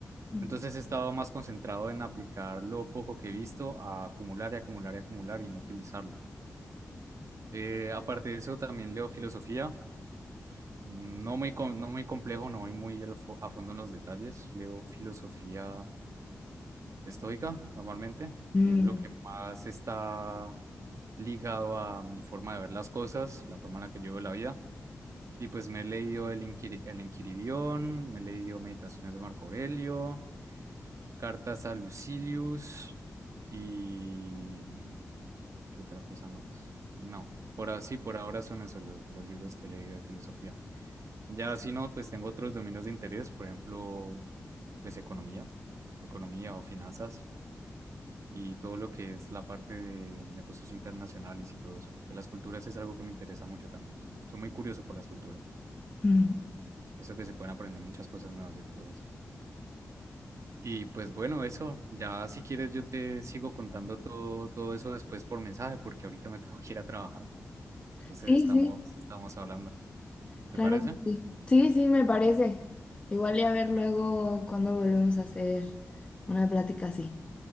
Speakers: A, on the left; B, on the right.
A: Mm.
B: Entonces he estado más concentrado en aplicar lo poco que he visto a acumular y acumular y acumular y no utilizarlo. Eh, aparte de eso, también leo filosofía. No muy, com- no muy complejo, no voy muy al fo- a fondo en los detalles. Leo filosofía estoica normalmente,
A: Mm,
B: que es lo que más está ligado a mi forma de ver las cosas, la forma en la que yo veo la vida. Y pues me he leído El, Inquiri- el Enquiridión, me he leído Meditaciones de Marco Aurelio, Cartas a Lucilius y... mm, ¿Qué otra cosa más? No, por así, por ahora son esos los, los libros que he leído de filosofía. Ya si no, pues tengo otros dominios de interés, por ejemplo, pues economía, economía o finanzas y todo lo que es la parte de negocios internacionales y todo eso, que las culturas es algo que me interesa mucho también. Soy muy curioso por las culturas,
A: mm.
B: eso que se pueden aprender muchas cosas nuevas de todo eso. Y pues bueno, eso, ya si quieres yo te sigo contando todo, todo eso después por mensaje, porque ahorita me <laughs> tengo que ir a trabajar, entonces
A: Sí,
B: estamos,
A: sí,
B: estamos hablando,
A: claro
B: ¿te parece?
A: que sí. Sí, sí, me parece. Igual y a ver luego cuando volvemos a hacer una plática así.